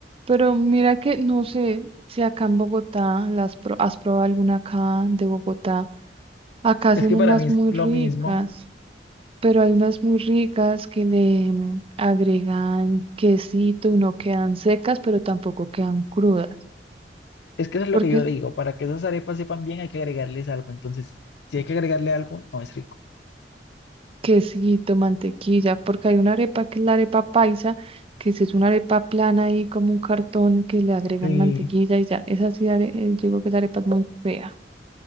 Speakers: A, on the right; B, on the left.
A: Pero mira que no sé si acá en Bogotá las pro- has probado alguna acá de Bogotá. Acá hacen
B: Es que
A: unas
B: para mí es
A: muy
B: lo
A: ricas,
B: mismo.
A: pero hay unas muy ricas que le mm, agregan quesito y no quedan secas, pero tampoco quedan crudas.
B: Es que eso es
A: Porque
B: lo que yo digo. Para que esas arepas sepan bien, hay que agregarles algo. Entonces, si hay que agregarle algo, no es rico.
A: quesito, mantequilla, porque hay una arepa que es la arepa paisa, que si es una arepa plana ahí como un cartón que le agregan
B: Sí,
A: mantequilla y ya, esa sí, are- eh, digo que esa arepa es muy fea.